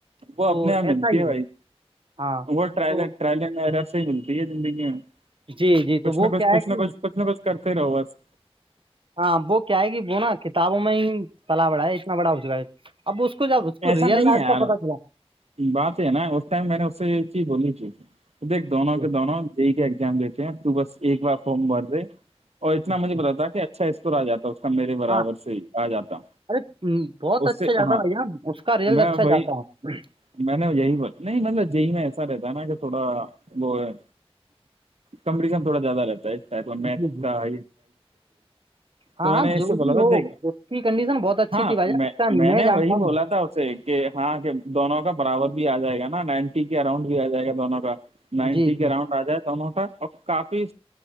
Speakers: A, on the right; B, on the right.
A: تو
B: وہ اپنے یہاں
A: ایسا
B: ملتی
A: ہی
B: ہے بھائی
A: ہاں
B: وہ پہلے
A: تو
B: مرس ہی ملتی ہے زندگی میں
A: جی جی تو
B: کچھ
A: وہ
B: نہ کچھ
A: کیا
B: کچھ
A: ہے کہ
B: نہ کچھ کچھ نہ کچھ کرتے رہو بس
A: ہاں وہ کیا ہے گ وہناا کتابوں میں ہی پلا بڑا ہے اتنا بڑا ہو چکا ہے اب اس کو جب اس کو
B: ایسا
A: ریئل
B: نہیں
A: لائف
B: ہے یار
A: کا پتا چلا
B: بات ہے نا اس ٹائم میں نے اس سے یہ چیز بولنی چاہی تھی دیکھ دونوں
A: جی،
B: کے دونوں یہ کے ایگزام دیتے ہیں تو بس ایک بار فارم بھر دے اور اتنا
A: جی،
B: مجھے بتا کہ اچھا اسکورر جاتا کا میرے برابر
A: ہاں
B: سے ہی آ جاتا
A: ارے بہت
B: اس
A: اچھا
B: سے
A: زیادہ
B: ہاں
A: بھائی کا ریل
B: میں
A: اچھا
B: وہی
A: جاتا ہے
B: میں نے یہی پر نہیں مطلب یہی میں ایسا رہتا ہے نا کہ تھوڑا وہ ہے کمپٹیشن تھوڑا زیادہ رہتا ہے اس میتھ
A: جی جی
B: کا
A: ہاں
B: تو میں
A: ہاں
B: نے اس
A: جو
B: سے
A: بھی
B: بولا تھا
A: ہو
B: دیکھیا
A: اس کی کنڈیشن بہت اچھی
B: ہاں
A: تھی بھائی جان
B: میں
A: اچھا
B: میں نے
A: جانتا
B: وہی بولا
A: ہوں
B: تھا اس سے کہ ہاں کہ دونوں کا برابر بھی آ جائے گا نا نائنٹی کے اراؤنڈ بھی آ جائے گا دونوں کا نائنٹی
A: جی
B: کے راؤنڈ آ جائے توونوں کاا کافی